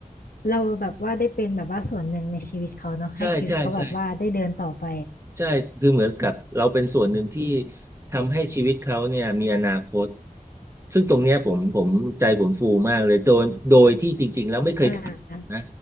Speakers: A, on the left; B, on the right.
A: เราแบบว่าได้เป็นแบบว่าส่วนหนึ่งในชีวิตเขาเนาะให้ชีวิตเขาแบบว่าได้เดินต่อไป
B: ใช่ใช่ใช่ ใช่คือเหมือนกับเราเป็นส่วนหนึ่งที่ทำให้ชีวิตเขาเนี่ยมีอนาคตซึ่งตรงเนี้ยผมผมใจผมฟูมากเลยโดยโดยที่จริงๆแล้วไม่เคยคาดนะ
A: อ่า